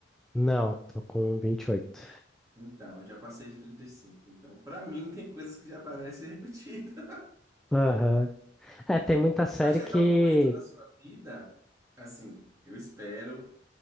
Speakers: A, in the centre; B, on the right.
A: Não, tô com vinte e oito
B: Então, eu já passei de 35. Então, pra mim, tem coisas que já parecem <laughs> repetidas.
A: Aham. É, tem muita série
B: Vai chegar
A: que.
B: um momento na sua vida, assim, eu espero,